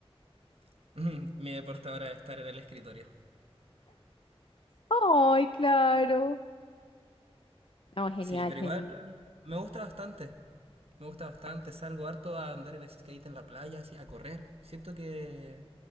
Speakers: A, on the right; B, on the left.
A: <laughs> Mi deporte ahora es estar en el escritorio.
B: Ay, claro. No, genial,
A: Sí, pero
B: genial.
A: igual me gusta bastante. Me gusta bastante, salgo harto a andar en skate en la playa, así, a correr. Siento que